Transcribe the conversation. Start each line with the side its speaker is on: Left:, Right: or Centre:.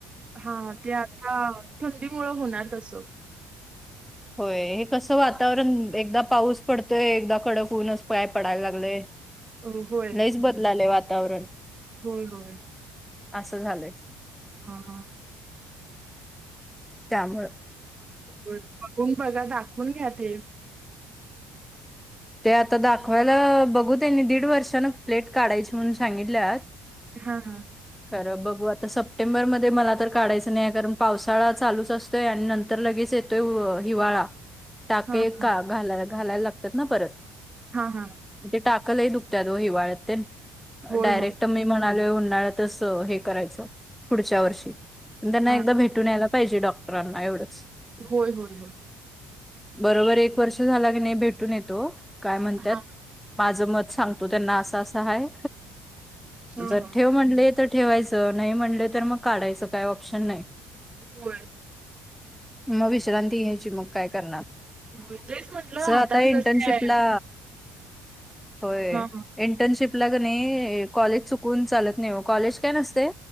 Right: हा ते आता थंडी मुळे होणार तसं -
Centre: होय हे कसं वातावरण एकदा पाऊस पडतोय, एकदा कडक होऊनच पाय पडायला लागलंय.
Right: अ होय
Centre: लईच बदलालय वातावरण.
Right: होय होय
Centre: असं झालंय.
Right: हा हा
Centre: त्यामुळे.
Right: बघून बघा दाखवून घ्या ते.
Centre: ते आता दाखवायला बघू त्यांनी दीड वर्षान प्लेट काढायची म्हणून सांगितल्यात.
Right: हां हां
Centre: खरं बघू आता. सप्टेंबरमध्ये मला तर काढायचं नाही कारण पावसाळा चालूच असतो. य आणि नंतर लगेच येतोय हिवाळा. टाके
Right: हा हा
Centre: एक का घालाय घालायला लागतात ना परत.
Right: हा हा
Centre: ते टाक्क लंय दुखत्या दो हिवाळ्यात ते न
Right: होय
Centre: डायरेक्ट
Right: होय
Centre: मी म्हणाल उन्हाळ्यात- तस हे करायच पुढच्या वर्षी त्यांना
Right: हा
Centre: एकदा भेटून यायला. पाहिजे डॉक्टरांना एवढंच.
Right: होय होय होय
Centre: बरोबर एक वर्ष झाला की नाही भेटून येतो काय म्हणतात.
Right: हा
Centre: माझं मत सांगतो त्यांना असं असं हाय.
Right: हा
Centre: जर
Right: हा.
Centre: ठेव म्हणले- ठेवायचं नाही म्हणले तर मग काढायचं काय ऑप्शन नाही.
Right: होय
Centre: मग विश्रांती घ्यायची मग काय करणार.
Right: होय तेच म्हटलं
Centre: सर
Right: हाताच
Centre: आता इंटर्नशिपला
Right: कसं काय
Centre: होय.
Right: हा हा
Centre: इंटर्नशिप ला क नाही कॉलेज चुकून चालत नाही. कॉलेज काय नसते.